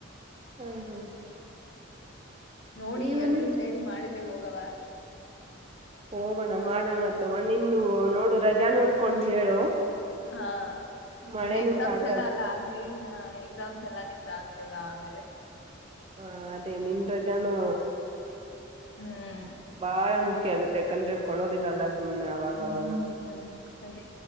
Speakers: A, on the right; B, on the left.
A: ಹ್ಮ್ ಹ್ಮ್ ಹ್ಮ್
B: ನೋಡಿ
A: ಇವನ
B: ಎಲ್ರೂ ಸೇರಿ ಮಾಡಿದ್ರೆ ಹೋಗವ
A: ಹೋಗೋಣ ಮಾಡೋಣ ತಗೊಂಡು ನಿಂದು ನೋಡು ರಜಾ ನೋಡ್ಕೊಂಡು ಹೇಳು
B: ಹಾ ನಿಮ್ದ
A: ಮಳೆನೂ
B: ಎಕ್ಸಾಮ್ಸ್
A: ಸ್ಟಾರ್ಟ್
B: ಎಲ್ಲ ಅಲ್ಲ ಆಗ್ಲಿ ಹ ಎಕ್ಸಾಮ್ಸ್ ಎಲ್ಲಾ ನಿ <inaudible> <unintelligible> ಆಮೇಲೆ
A: ಹಾ ಅದೇ ನಿನ್ ರಜಾನೂ
B: ಹ್ಮ್
A: ಬಾಳ ಮುಖ್ಯ ಆಗುತ್ತೆ ಯಾಕಂದ್ರೆ ಕೊಡೋದಿಲ್ಲಲ್ಲ ಸುಮ್ನೆ ಅವಾಗವಾಗ
B: ಹ್ಮ ಅ ನನ್